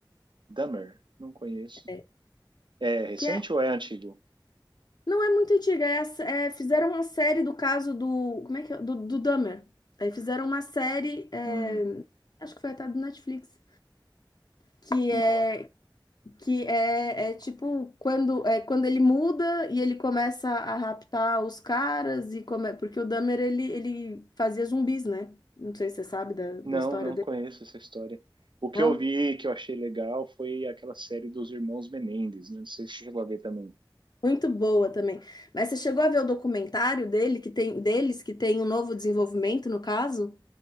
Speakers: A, on the right (about 70°); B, on the left (about 55°).
A: Dahmer, não conheço.
B: é,
A: É recente
B: que é
A: ou é antigo?
B: Não é muito antiga, é, a sé- é, fizeram uma série do caso do. Como é que é? Do, do Dahmer. Aí fizeram uma série, é,
A: Hum,
B: acho que foi até do Netflix, que
A: não.
B: é, que é, é tipo quando, é, quando ele muda e ele começa a raptar os caras e come, porque o Dahmer ele, ele fazia zumbis, né? Não sei se você sabe da, da
A: Não,
B: história
A: não
B: dele.
A: conheço essa história. O que
B: Não?
A: eu vi que eu achei legal foi aquela série dos Irmãos Menendez, né? Não sei se você chegou a ver também.
B: Muito boa também. Mas você chegou a ver o documentário dele que tem deles que tem um novo desenvolvimento no caso?